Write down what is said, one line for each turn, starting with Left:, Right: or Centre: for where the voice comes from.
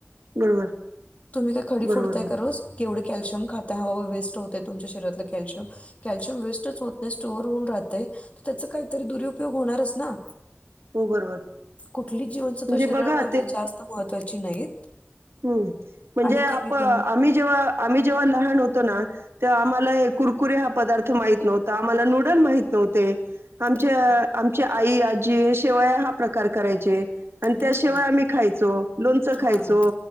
Right: बरोबर
Left: तुम्ही का खडीोडताय
Right: बरोबर बरोबर
Left: कररो क केवढ कॅल्शिय खाता ह बा वेस्ट होत आहे तुमच्या शरीरातलं कॅल्शियम कॅल्शियम वेस्टच होत नाही स्टोअर होऊन राहते तर त्याचा काहीतरी दुरुपयोग होणारच ना
Right: हो बरोबर
Left: कुठली जीवनसत्व
Right: म्हणजे
Left: शरीरामध्ये
Right: बघा
Left: जास्त महत्त्वाची नाहीत
Right: हम्म म्हणजे
Left: आणि
Right: आप
Left: कमी
Right: आम्ही
Left: पण
Right: जेव्हा आम्ही जेव्हा लहान होतो ना ते आम्हाला हे कुरकुरी हा पदार्थ माहित नव्हता आम्हाला नूडल माहित नव्हते आमच्या
Left: हं,
Right: आमच्या आई आजी शिवाय हा प्रकार करायचे आणि त्याशिवाय
Left: हं.
Right: आम्ही खायचो लोणचं
Left: हां.
Right: खायचो